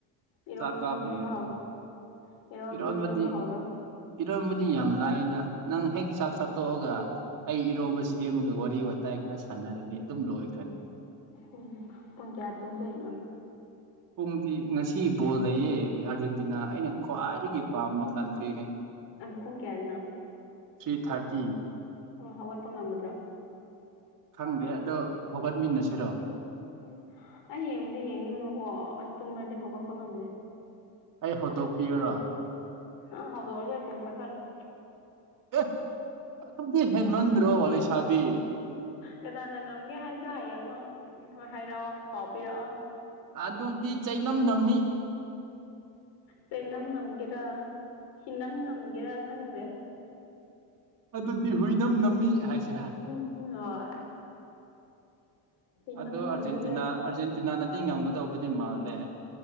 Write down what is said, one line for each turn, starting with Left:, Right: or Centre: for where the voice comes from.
Left: ꯏꯔꯣꯟꯕꯗꫭ
Right: ꯆꯥꯛ ꯀꯥꯞꯂꯤꯌꯦ
Left: ꯁꯦꯝꯕ ꯍꯧ꯭ꯔ ꯏꯔꫭꯟꯕꯗꫭ
Right: ꯏꯔꯣꯟꯕꯗꯤ
Left: ꯁꯦꯝꯕ ꯍꯧꯔꯣ
Right: ꯏꯔꯣꯟꯕꯗꯤ ꯌꯥꯝ ꯂꯥꯏꯗ ꯅꯪ ꯍꯦꯛ ꯆꯥꯛ ꯆꯥ ꯇꯣꯛꯑꯒ ꯑꯩ ꯏꯔꯣꯝꯕ ꯁꯦꯝꯃꯒ ꯋꯥꯔꯤ ꯋꯥꯇꯥꯏ ꯈꯔ ꯁꯥꯟꯅꯔꯗꯤ ꯑꯗꯨꯝ ꯂꯣꯏꯈ꯭ꯔꯅꯤ
Left: ꯎꯝ ꯄꯨꯡ ꯀꯌꯥ ꯇꯨꯝꯗꯣꯏꯅꯣ
Right: ꯄꯣꯡꯗꯤ ꯉꯁꯤ ꯕꯣꯜ ꯂꯩꯌꯦ ꯑꯥꯔꯖꯦꯟꯇꯤꯅꯥ ꯑꯩꯅ ꯈ꯭ꯋꯥꯏꯗꯒꯤ ꯄꯥꯝꯕ ꯀꯟꯇ꯭ꯔꯤꯅꯦ
Left: ꯄꯨꯡ ꯀꯌꯥꯗꯅꫭ
Right: ꯊ꯭ꯔꯤ ꯊꯥꯔꯇꯤ
Left: ꯑꯣ ꯍꯧꯒꯠꯄ ꯉꯝꯒꯗ꯭ꯔꯣ
Right: ꯈꯪꯗꯦ ꯑꯗꯣ ꯍꯧꯒꯠꯃꯤꯟꯅꯁꯤꯔꯣ
Left: ꯎꯝ ꯑꯩ ꯌꯦꯡꯕꯗꯤ ꯌꯦꯡꯅꯤꯡꯕꯀꯣ ꯑꯁ ꯇꯨꯝꯃꯗꯤ ꯍꯧꯒꯠꯄ ꯉꯝꯗꯦ
Right: ꯑꯩ ꯍꯧꯗꯣꯛꯄꯤꯌꯔꯣ
Left: ꯑ ꯍꯧꯗꫭꯛꯑꯔꫭꯏ ꯐꫭꯟ ꯀꯛꯍꯟꯂꯦ
Right: ꯑꯦ ꯑꯗꯨꯗꯤ ꯍꯦꯟꯃꯟꯗ꯭ꯔꯣ ꯂꯩꯁꯥꯕꯤ
Left: ꯀꯅꯥꯅ ꯉꯝꯒꯦ ꯍꯥꯏꯕꯗꯣ ꯍꯌꯦꯡ ꯑꯃꯨꯛ ꯍꯥꯏꯔꯛꯑꯣ ꯄꯥꯎ ꯄꯤꯔꯛꯑꯣ
Right: ꯑꯗꯨꯗꯤ ꯆꯩꯅꯝ ꯅꯝꯃꯤ
Left: ꯆꯩꯅꯝ ꯅꯝꯒꯦꯔꯥ ꯊꯤꯅꯝ ꯅꯝꯒꯦꯔꯥ ꯈꯪꯗꯦ
Right: ꯑꯗꯨꯗꯤ ꯍꯨꯏꯅꯝ ꯅꯝꯃꯤ ꯍꯥꯏꯁꯤꯔ
Left: ꯎꯝ ꯍꫭꯏ ꯍꯨꯏꯅꯝ
Right: ꯑꯗꯣ
Left: ꯅꯝꯒꯔꯥ
Right: ꯑꯥꯔꯖꯦꯟꯇꯤꯅꯥ ꯑꯥꯔꯖꯦꯟꯇꯤꯅꯥꯅꯗꯤ ꯉꯝꯒꯗꯧꯕꯗꯤ ꯃꯥꯜꯂꯦ